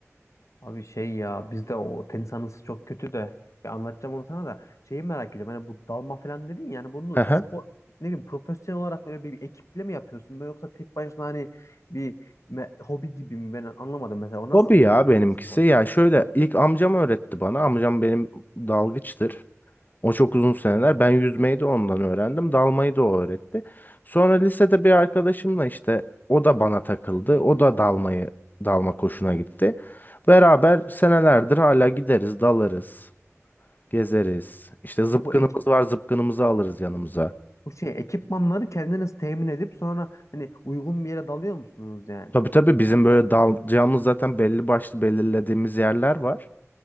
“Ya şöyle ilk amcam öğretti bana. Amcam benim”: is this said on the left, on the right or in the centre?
Left